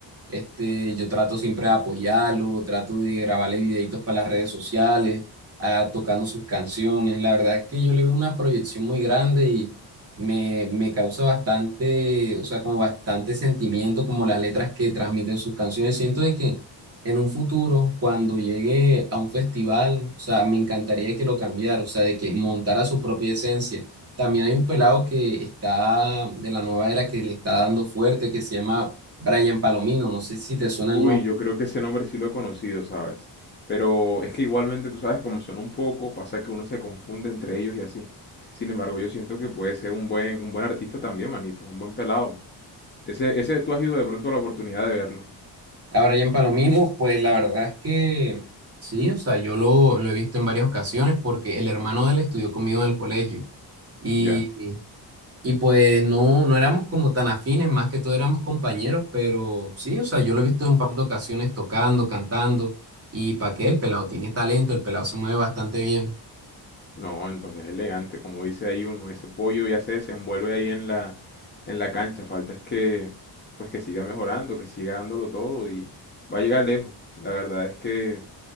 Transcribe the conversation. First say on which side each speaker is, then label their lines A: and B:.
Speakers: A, on the right (about 35°); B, on the left (about 25°).
A: este, yo trato siempre de apoyarlo, trato de grabarle videitos para las redes sociales, ah, tocando sus canciones. La verdad es que yo le veo una proyección muy grande y me, me causa bastante, o sea, como bastante sentimiento, como las letras que transmiten sus canciones. Siento de que en un futuro, cuando llegue a un festival, o sea, me encantaría que lo cambiara, o sea, de que montara su propia esencia. También hay un pelado que está de la nueva era que le está dando fuerte, que se llama Brian Palomino, no sé si te suena
B: Uy,
A: el nombre.
B: yo creo que ese nombre sí lo he conocido, ¿sabes? Pero es que igualmente, tú sabes, como son un poco, pasa que uno se confunde entre ellos y así. Sin embargo, yo siento que puede ser un buen, un buen artista también, manito, un buen pelado. Ese, ese, tú has ido de pronto a la oportunidad de verlo.
A: A Brian Palomino, pues la verdad es que sí, o sea, yo lo, lo he visto en varias ocasiones porque el hermano de él estudió conmigo en el colegio. Y
B: Ya.
A: Y pues no, no éramos como tan afines, más que todo éramos compañeros, pero sí, o sea, yo lo he visto en un par de ocasiones tocando, cantando, y para qué, el pelado tiene talento, el pelado se mueve bastante bien.
B: No, entonces elegante, como dice ahí uno, ese pollo ya se desenvuelve ahí en la, en la cancha, falta es que, pues que siga mejorando, que siga dándolo todo y va a llegar lejos. La verdad es que